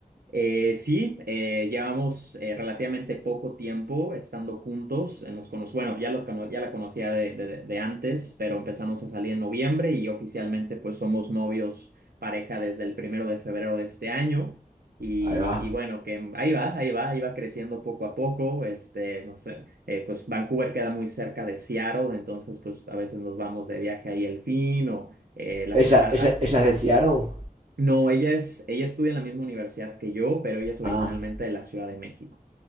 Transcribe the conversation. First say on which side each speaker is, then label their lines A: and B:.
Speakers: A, on the right; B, on the right.
A: Eh, sí, eh, llevamos eh, relativamente poco tiempo estando juntos. eh, nos cono- bueno, ya, lo cono- ya la conocía de, de- de antes, pero empezamos a salir en noviembre y oficialmente pues somos novios pareja desde el primero de febrero de este año. Y,
B: Ahí va.
A: y bueno, que ahí va, ahí va, ahí va creciendo poco a poco. Este, no sé, eh, pues Vancouver queda muy cerca de Seattle, entonces pues a veces nos vamos de viaje ahí el fin o eh, las-
B: ¿Ella,
A: a-
B: ella,
A: a-
B: ella es de Seattle?
A: no, ella es, ella estudia en la misma universidad que yo, pero ella es originalmente
B: Ah.
A: de la Ciudad de México.